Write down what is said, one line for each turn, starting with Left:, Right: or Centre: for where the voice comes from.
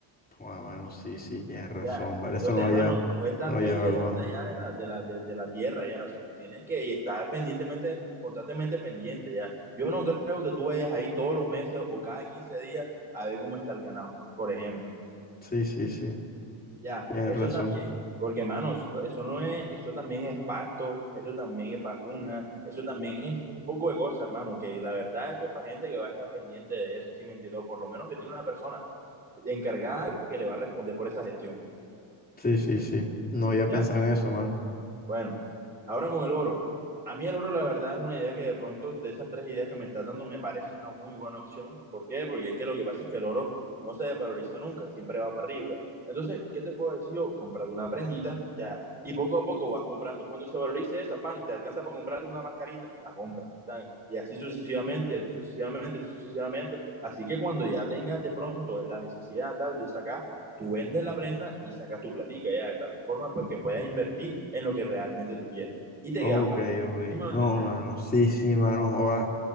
Left: Joder, mano, sí, sí, tienes razón,
Right: Ya.
Left: ¿vale?
Right: Entonces,
Left: Eso no lo
Right: hermano,
Left: había,
Right: tú estás
Left: no lo
Right: bien
Left: había evaluado.
Right: lejos de allá de la, de la, de, de la tierra, ya. O sea, tú tienes que y estar pendientemente, constantemente pendiente, ya. Yo no creo que tú vayas ahí todos los meses o cada 15 días a ver cómo está el ganado, por ejemplo.
Left: Sí, sí, sí,
Right: Ya,
Left: tienes
Right: eso
Left: razón.
Right: también, porque, hermano, eso, eso no es, eso también es pasto, eso también es vacuna, eso también es un poco de cosas, hermano, que la verdad eso es para gente que va a estar pendiente de eso, ¿sí me entiendo? Por lo menos que tiene una persona encargada que le va a responder por esa gestión,
Left: Sí, sí, sí. No había pensado
Right: ¿ya?
Left: en eso, mano.
Right: Bueno, ahora con el oro. A mí el oro, la verdad, es una idea que de pronto, de esas tres ideas que me estás dando, me parece una muy buena opción. ¿Por qué? Porque es que lo que pasa es que el oro no se desvaloriza nunca, siempre va para arriba. Entonces, ¿qué te puedo decir yo? Comprate una prendita, ya. Y poco a poco vas comprando. Cuando se valorice esa, pan, te alcanza para comprarte una mascarita, la compra. Tan- Y así sucesivamente, y así sucesivamente, y así sucesivamente. Así que cuando ya tengas de pronto la necesidad tal de sacar tú vendes la prenda y sacas tu platica, ya, de tal forma pues que puedas invertir en lo que realmente tú quieres y te
Left: Ok,
Right: queda plata.
Left: ok.
Right: ¿Sí me va
Left: No,
Right: a entender?
Left: mano, sí, sí, mano, joda.